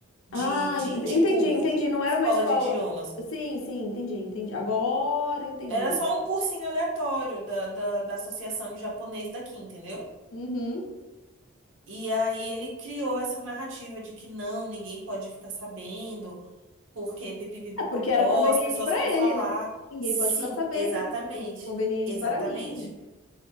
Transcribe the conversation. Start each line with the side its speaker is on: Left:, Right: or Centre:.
Right: de,
Left: Ah,
Right: de
Left: en-
Right: tipo
Left: entendi, entendi. Não era
Right: escola
Left: uma escola.
Right: de idiomas.
Left: Sim, sim, entendi, entendi. Agora entendi.
Right: Era só um cursinho aleatório da, da, da Associação de Japonês daqui, entendeu?
Left: Uhum.
Right: E aí ele criou essa narrativa de que não, ninguém pode ficar sabendo, porque pipipipopopó,
Left: É porque era conveniente
Right: as pessoas
Left: para
Right: vão falar.
Left: ele, né? Ninguém
Right: Sim,
Left: pode ficar sabendo,
Right: exatamente,
Left: porque é muito conveniente
Right: exatamente.
Left: para mim.